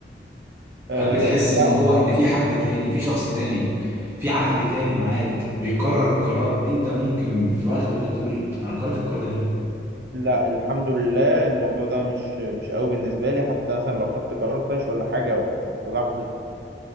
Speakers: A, on the right; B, on the right.
A: أه
B: هل بتحس
A: لا
B: ان هو ان في حد
A: مش-
B: تاني في شخص تاني في عقل تاني معاك بيقرر قرار انت ممكن في وقت من الاوقات تقول انا قررت القرار ده ليه؟
A: لا الحمد لله الموضوع ده مش مش قوي بالنسبة لي حتى مثلا لو خدت قرار طايش ولا حاجة في لحظة